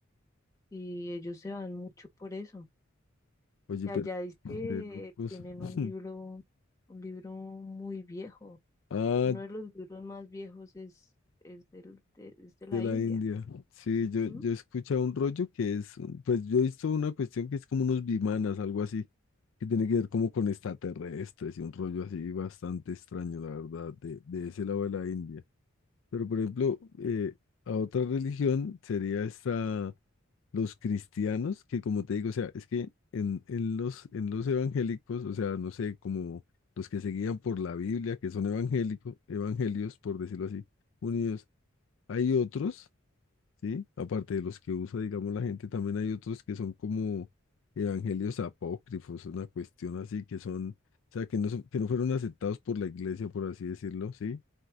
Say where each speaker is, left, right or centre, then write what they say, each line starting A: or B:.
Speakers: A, on the left; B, on the left.
A: y ellos se van mucho por eso.
B: oye,
A: Y
B: pero
A: allá dice
B: de
A: que
B: locos.
A: tienen
B: <laughs>
A: un libro, un libro muy viejo.
B: Ah,
A: Uno de los libros más viejos es, es del, de, es de la
B: de la
A: India.
B: India. Sí,
A: Ujú,
B: yo, yo he escuchado un rollo que es, pues yo he visto una cuestión que es como unos bimanas, algo así, que tiene que ver como con extraterrestres y un rollo así bastante extraño, la verdad, de, de ese lado de la India. Pero por ejemplo, eh, a otra religión sería esta. los cristianos, que como te digo, o sea, es que en, en los, en los evangélicos, o sea, no sé, como los que se guían por la Biblia, que son evangélicos, evangelios, por decirlo así, unidos, hay otros, ¿sí? Aparte de los que usa, digamos, la gente, también hay otros que son como evangelios apócrifos, una cuestión así, que son, o sea, que no, son- que no fueron aceptados por la iglesia, por así decirlo, ¿sí?